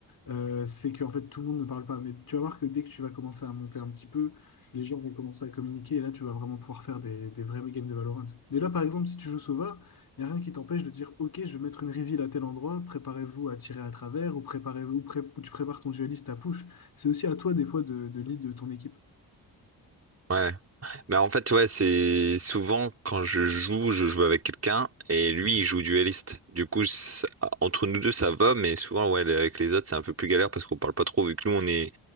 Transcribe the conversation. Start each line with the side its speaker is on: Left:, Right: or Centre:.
Left: Euh, c'est qu'en fait, tout le monde ne parle pas. Mais tu vas voir que dès que tu vas commencer à monter un petit peu, les gens vont commencer à communiquer, et là, tu vas vraiment pouvoir faire des, des vrais games de Valorant. Mais là, par exemple, si tu joues Sova, il n'y a rien qui t'empêche de dire, OK, je vais mettre une reveal à tel endroit, préparez-vous à tirer à travers, ou préparez-vous, pré- ou tu prépares ton dueliste à push. C'est aussi à toi, des fois, de, de lead de ton équipe.
Right: Ouais. Bah en fait, ouais, c'est souvent quand je joue, je joue avec quelqu'un et lui, il joue dueliste. Du coup, ça- entre nous deux, ça va, mais souvent, ouais, avec les autres, c'est un peu plus galère parce qu'on parle pas trop, vu que nous, on est